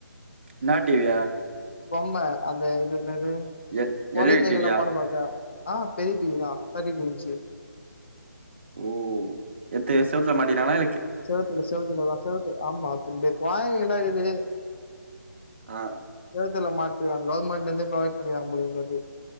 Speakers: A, on the right (about 35°); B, on the left (about 35°).
A: என்ன டிவி
B: பொம்ம அந்த இது என்னது
A: எ
B: கொழந்தைங்க
A: எல் இ டி டிவியா
B: எல்லா பாட்டுபாடுது ஆ பெரிய டிவிதா தெட்டி டூ இன்ச்
A: ஓ எத்து செவுத்துல மாட்டிடாங்லா
B: செவுத்துல செவுத்துல செவுத்து ஆமா அப்பின் கொழந்தைங்க எல்லா இருக்குது
A: ஆ
B: செவுத்துல மாட் கவுர்மெட்லேந்து ப்ரொவைட் பண்ணடுரங்க போலருக்கு